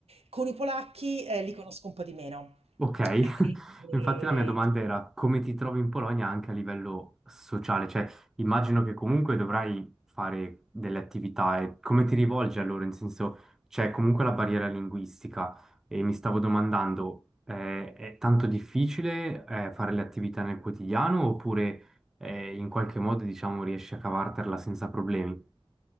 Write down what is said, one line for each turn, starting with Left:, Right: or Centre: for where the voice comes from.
Right: Con i polacchi eh, li conosco un po' di meno.
Centre: Ok,
Right: E-
Centre: <laughs> infatti la mia domanda era come ti trovi in Polonia anche a livello sociale, cioè immagino che comunque dovrai fare delle attività e come ti rivolgi allora, in senso c'è comunque la barriera linguistica e mi stavo domandando eh, è tanto difficile eh, fare le attività nel quotidiano oppure eh, in qualche modo diciamo riesci a cavartela senza problemi?